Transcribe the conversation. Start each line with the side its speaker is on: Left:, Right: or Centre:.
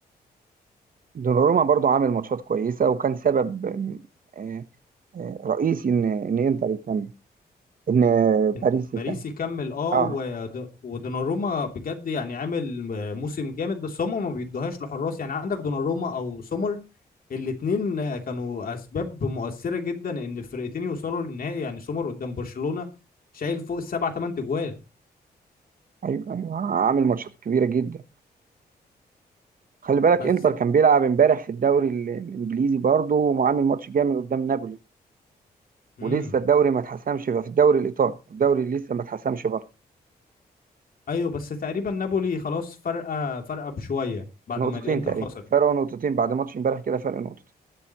Right: دوناروما برضو عامل ماتشات كويسة وكان سبب آه، آه، رئيسي ان ان انتر يكمل ان باريس
Left: إن باريس
Right: يكمل
Left: يكمل اه
Right: اه
Left: ود- ودوناروما بجد يعني عامل آه، موسم جامد بس هم ما بيدوهاش لحراس يعني عندك دوناروما او سومر الاثنين آه، كانوا اسباب مؤثره جدا ان الفرقتين يوصلوا للنهائي يعني سومر قدام برشلونه شايل فوق السبع ثمان تجوال
Right: ايوه ايوه عامل ماتشات كبيرة جدا خلي بالك
Left: بس
Right: انتر كان بيلعب امبارح في الدوري ال- الانجليزي برضه وعامل ماتش جامد قدام نابولي
Left: امم
Right: ولسه الدوري ما اتحسمش في الدوري الايطالي الدوري اللي لسه ما اتحسمش برضه
Left: ايوه بس تقريبا نابولي خلاص فرقه فرقه بشويه بعد
Right: نقطتين
Left: ما الانتر
Right: تقريبا
Left: خسرت
Right: فرق نقطتين بعد ماتش امبارح كده فرق نقطتين